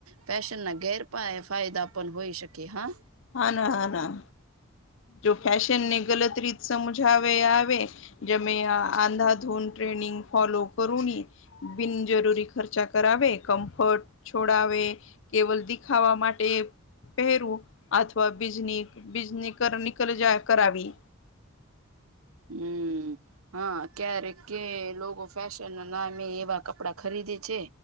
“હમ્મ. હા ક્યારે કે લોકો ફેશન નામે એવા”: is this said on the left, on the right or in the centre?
Right